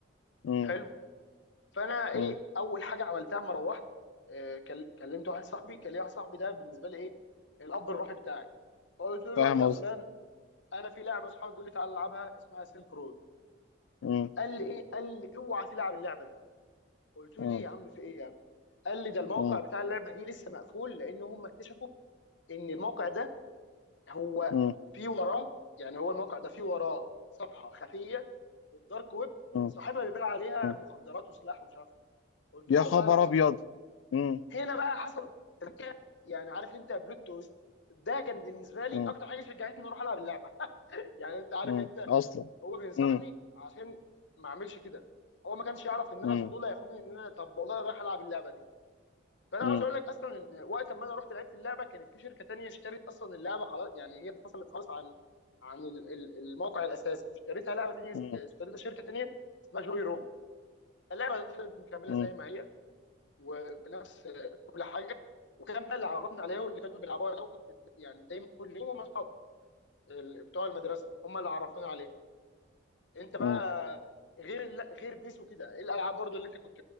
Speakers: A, on the left; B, on the left.
A: امم
B: حلو فانا ايه
A: امم
B: اول حاجه عملتها اما روحت آه، كل- كلمت واحد صاحبي كان لي واحد صاحبي ده بالنسبه لي ايه الاب الروحي بتاعي فقلت له الوقت
A: فاهم
B: يا
A: قصدي
B: فلان انا في لعبه اصحابي بيقول لي تعالى العبها اسمها سيلك رود
A: امم
B: قال لي ايه قال لي اوعى تلعب اللعبه دي قلت له
A: امم
B: ليه يا عم في ايه يا عم قال لي ده الموقع
A: امم
B: بتاع اللعبه دي لسه مقفول لان هم اكتشفوا ان الموقع ده هو
A: امم
B: في وراه يعني هو الموقع ده في وراه صفحه خفيه في الدارك ويب
A: امم
B: صاحبها بيبيع عليها
A: امم
B: مخدرات وسلاح ومش عارف ايه قلت
A: يا
B: له والله
A: خبر
B: العظيم
A: ابيض امم
B: هنا بقى حصل تركه يعني عارف انت بلوت تويست ده كان بالنسبه لي
A: امم
B: اكتر حاجه شجعتني اروح العب اللعبه <laughs> يعني انت عارف
A: امم
B: انت
A: اصلا
B: هو بينصحني
A: امم
B: عشان ما اعملش كده هو ما كانش يعرف ان
A: امم
B: انا الفضول هياخدني ان انا طب والله رايح العب اللعبه دي فانا
A: امم
B: عاوز اقول لك اصلا ان وقت ما انا رحت لعبت اللعبه كانت في شركه تانية اشترت اصلا اللعبه خلاص يعني هي انفصلت خلاص عن عن ال- ال- الموقع الاساسي اشتريتها لعبه تانية
A: امم
B: اشتريتها شركه تانية اسمها جوي روم اللعبه فضلت مكمله
A: امم
B: زي ما هي وبنفس كل حاجه وكان بقى اللي عرفنا عليها واللي كانوا بيلعبوها دوم يعني دايما كل يوم هم اصحابي ال- بتوع المدرسه هم اللي عرفونا عليها انت بقى
A: امم
B: غير لا غير بيس وكده ايه الالعاب برضو اللي انت كنت